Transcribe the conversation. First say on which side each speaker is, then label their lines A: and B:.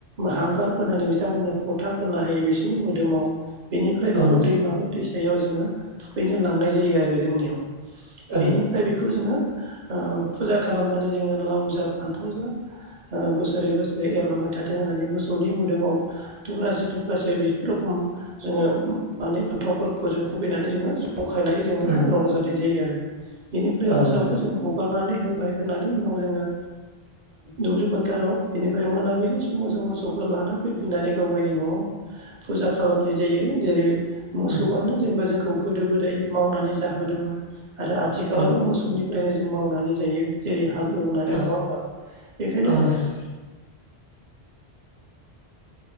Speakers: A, on the right; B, on the right.
A: हांगार फोनानै बिथांमोनो फथा फोनना होयो बिसोरनि मोदोमाव बेनिफ्राय बेखौ
B: औ नोंथां
A: दैमाबा दैसायाव जोङो थुखैनो लांनाय जायो आरो जोंनियाव
B: औ
A: बेनिफ्राय बेखौ जोङो ओ फुजा खालामनानै जोङो लाव जा फान्थाव जा ओ बोसोरै बोसोरै एरलांबाय था थाथों होन्नानै मोसौनि मोदोमाव थुक्रासे थुक्रासे बिदि रखम जोंङो माने फान्थावफोरखौ जों खुुबैनानै जोङो जंखायनाय रंजानाय
B: उम
A: जायो आरो बेनिफ्राय
B: औ
A: मोसौखौ
B: नोंथां
A: जों हगारनानै होबाय होनानै उनाव जोङो दुब्लि फोथाराव बेनिफ्राय मोनाबिलि समाव जों मोसौखौ लाना फैफिननानै गाव गावनि न'आव फुजा खालामनाय जायो जेरै मोसौआनो
B: उम
A: जेनेबा जोंखौ गोदो गोदाय मावनानै जाहोदोंमोन आरो आथिखालावबो
B: औ
A: मोसौनिफ्रायनो जों मावनानै जायो जेरै हाल एवनानै
B: औ
A: नङा होमबा बेखायनो
B: औ नोंथां